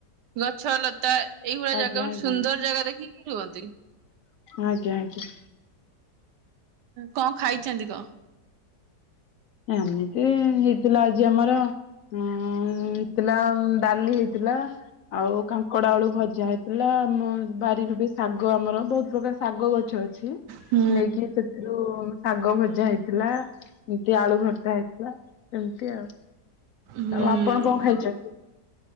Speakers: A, on the right; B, on the left.
A: ଗଛ ଲତା ଏଇଗୁଡା
B: ଆଜ୍ଞା
A: ଜାଗା ମାନେ
B: ଆଜ୍ଞା
A: ସୁନ୍ଦର ଜାଗା ଦେଖିକି ରୁହନ୍ତି।
B: ଆଜ୍ଞା ଆଜ୍ଞା।
A: କଣ ଖାଇଚନ୍ତି କଣ?
B: ଏମିତି ହେଇଥିଲା ଆଜି ଆମର ହେଇଥିଲା ଡାଲି ହେଇ ଥିଲା ଆଉ କାଙ୍କଡ ଆଳୁ ଭଜ ଭଜା ହେଇଥିଲା, ଆମ ବାରିରୁ ବି ଶାଗ ଆମର ବୋହୁତ ପ୍ରକାର ଶାଗ ଗ ଛ ଅଛି,
A: ହୁଁ
B: ନେଇକି ସେଥିରୁ ଶାଗ ଭଜା ହେଇଥିଲା। ଏ ଆଳୁ ଭର୍ତା ହେଇଥିଲା, ସେମିତି ଆଉ
A: ହୁଁ
B: ଆଉ ଆପଣ କଣ ଖାଇଛନ୍ତି?